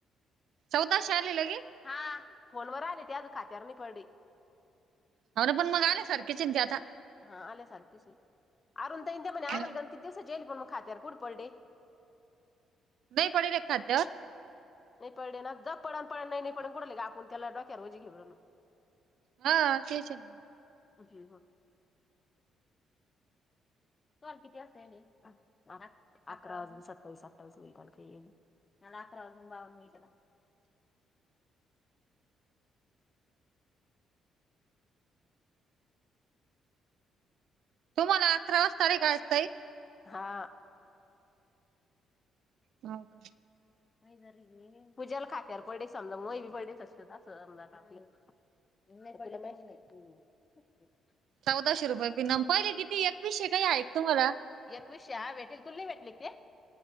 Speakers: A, on the right; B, on the left.
A: चौदाशे आले लगेच.
B: हा फोनवर आले ते अजून खात्यावर नाही पडले.
A: हाव ना पण मग ते आल्या सारखेच आहे ना आता.
B: हा आल्या सारखेच आहे. आरूण ताईंते म्हणे आम्हाला
A: हा.
B: गण किती दिवसांचे ईयेल आहे. पण मग खात्यावर कुठ पडले.
A: नाही पडेल आहे खात्यावर.
B: नाही पडले ना. जा पडन पडन नाही नाही पडण. आपण कुठे लगे आपण त्याला डोक्यार वजी घेऊ रायलो.
A: हा तेच आहे ना.
B: <unintelligible> तुम्हाला किती वाजता ईयेल आहे. अकरा वाजून सत्तावीस अठ्ठावीस मिनिटांनी ईयेल आहे. मला अकरा वाजून बावन्न मिनिटाला.
A: तुम्हाला अकरा वाजता आली का सई.
B: हा
A: हाव का
B: मै जरी पूज्याला खात्यार पडे समजा. मु बी पडेच असते असं समजा आपल. <unintelligible>
A: चौदाशे रुपये पिन पहिले किती एकवीसशे काही आहेत तुम्हाला.
B: एकवीसशे आहे भेटल. तुल नाही भेटले का ते.